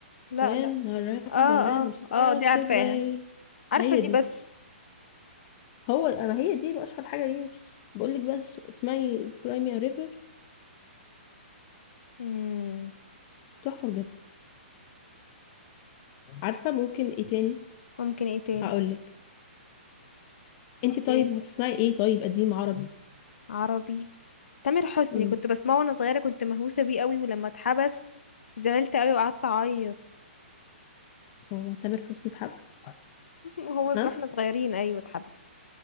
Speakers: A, on the left (about 70°); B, on the left (about 25°).
A: لا
B: When
A: لا
B: Marimba
A: اه اه
B: stars
A: اه دي عارفاها
B: to play
A: عارفة
B: هي
A: دي
B: دي
A: بس
B: هو اما هي دي اشهر حاجه ليه بقول لك بس اسمعي كرايمي ريفر
A: مم.
B: تحفه بجد عارفه ممكن ايه تاني
A: ممكن ايه تاني
B: هقول لك انت طيب
A: ايه
B: بتسمعي ايه طيب قديم عربي
A: عربي تامر حسني
B: امم
A: كنت بسمعه وانا صغيرة كنت مهووسة بيه قوي ولما اتحبس زعلت قوي وقعدت اعيط
B: هو تامر حسني في حبس
A: <laughs> وهو
B: ها
A: واحنا صغيرين ايوه اتحبس